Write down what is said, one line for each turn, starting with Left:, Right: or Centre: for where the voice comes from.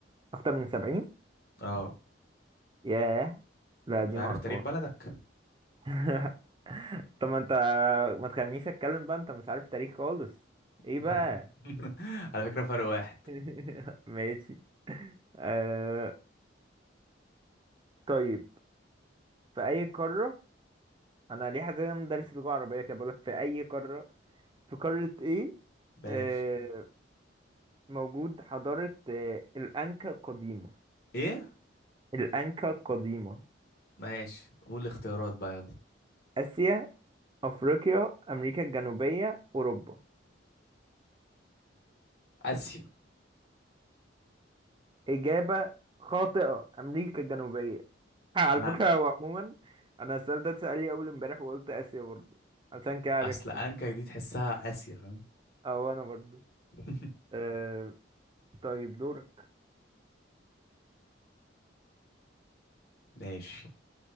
Right: اكتر من 70
Left: اه
Right: ياه لا
Left: مش
Right: دي
Left: عارف
Right: معرفهاش
Left: تاريخ بلدك
Right: <laughs> طب ما انت ما تخلينيش اتكلم بقى انت مش عارف تاريخ خالص ايه
Left: <laughs>
Right: بقى
Left: على فكرة فرق واحد
Right: <laughs> ماشي آه... طيب في اي قارة انا ليه حاسس ان انا مدرس لغة عربية كده بقولك في اي قارة في قارة ايه
Left: ماشي
Right: آه، موجود حضارة آه، الأنكا القديمة
Left: ايه
Right: الأنكا القديمة
Left: ماشي قول الاختيارات بقى يلا
Right: آسيا أفريقيا أمريكا الجنوبية أوروبا
Left: اسيا
Right: إجابة خاطئة أمريكا الجنوبية <laughs> آه، على
Left: لا
Right: فكرة هو عموما أنا السؤال ده اتسأل لي أول امبارح وقلت آسيا برضه عشان كده عرفته
Left: اصل انكا دي تحسها اسيا فاهم
Right: أو أنا برضه
Left: <laughs>
Right: أه طيب دورك
Left: ماشي